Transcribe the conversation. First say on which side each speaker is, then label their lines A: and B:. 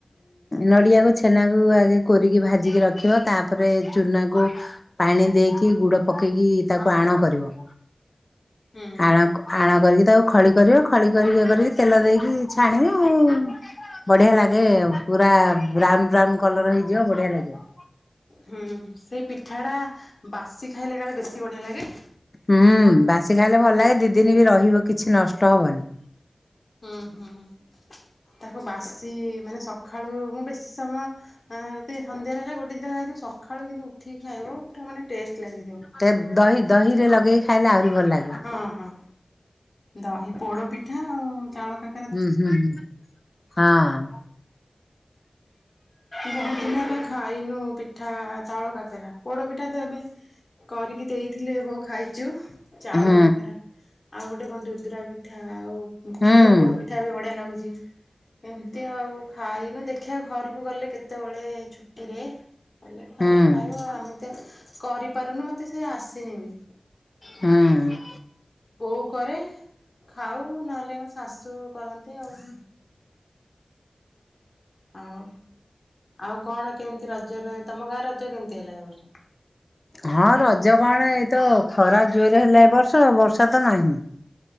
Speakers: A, on the left (about 40°); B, on the left (about 60°).
A: ନଡ଼ିଆକୁ ଛେନାକୁ ଆଗେ କୋରି କି ଭାଜିକି ରଖି। ରଖିବ ତାପରେ ଚୁନାକୁ। ପାଣି ଦେଇକି ଗୁଡ ପକେଇକି ତାକୁ ଆଣ କରିବ।
B: ହୁଁ
A: ଆଣ ଆଣ କରିକି ତାକୁ। ଖଳି କରିବ ଖଳି କରି ଇଏ କରିକି ତେଲ ଦେଇକି ଛାଣିବ ବଢ଼ିଆ ଲାଗେ
B: ହୁଁ
A: ଆଉ। ପୁରା ବ୍ରାଉନ ବ୍ରାଉନ କଲର ହେଇଯିବ ବଢିଆ ଲାଗିବ।
B: ହୁଁ ସେଇ ପିଠାଟା ବାସି ଖାଇଲେ କାଳେ ବେଶୀ ବଢିଆ ଲାଗେ।
A: ହୁଁ ବାସି ଖାଇଲେ ଭଲ ଲାଗେ ଦି ଦିନ ବି ରହିବ କିଛି ନଷ୍ଟ ହବନି।
B: ହୁଁ ହୁଁ ତାକୁ ବାସି ମାନେ ସକାଳୁ ମୁଁ ବେଶୀ ସମୟ। ହଁ ଯେତିକି ସନ୍ଧ୍ୟାରେ ହେଲା ଗୋଟେ ଦିଟା ଖାଇଥିବୁ ସକାଳୁ କିନ୍ତୁ ଉଠିକି ଖାଇବ ପୁରା ମାନେ ଟେଷ୍ଟ ଲାଗିଥିବ
A: ତ ଦହି ଦହିରେ ଲଗେଇକି ଖାଇଲେ ଆହୁରି ଭଲ ଲାଗିବ
B: ହଁ ହଁ ଦହି ପୋଡ ପିଠା ଆଉ ଚାଉଳ କାକ
A: ହୁଁ ହୁଁ ହୁଁ ହଁ
B: ବହୁତ ଦିନ ହେଲା ଖାଇନୁ ପିଠା ଚାଉଳ କାକରା ପୋଡ ପିଠା ତ ଏବେ କରିକି ଦେଇଥିଲେ ବୋଉ ଖାଇଛୁ ଚାଉଳ
A: ହୁଁ
B: କାକରା ଆଉ ଗୋଟେ କଣ ଦୁଦୁରା ପିଠା ଆଉ କ୍ଷୀର
A: ହୁଁ।
B: ପୋଡ ପିଠା ସେଟା ବି ବଢ଼ିଆ ଲାଗୁଛି ଏମିତି ଆଉ ଖାଇନୁ ଦେଖିଆ ଘରକୁ ଗଲେ କେତେବେଳେ ଛୁଟିରେ ହେଲେ ଖାଇ
A: ହୁଁ
B: ଖାଇବ ଆଉ ଆମେ ତ କରିପାରୁନୁ ମତେ ସେ ଆସିନି ବି
A: ହୁଁ
B: ବୋଉ କରେ ଖାଉ ନହେଲେ ମୋ ଶାଶୁ କରନ୍ତେ ଆଉ ଆଉ ଆଉ କଣ କେମିତି ରଜରେ ତମ ଗାଁରେ ରଜ କେମିତି ହେଲା ଏ ବର୍ଷ
A: ହଁ ରଜ କଣ ଏଇତ ଖରା ଜୋରରେ ହେଲା ଏ ବର୍ଷ ବର୍ଷା ତ ନାହିଁ।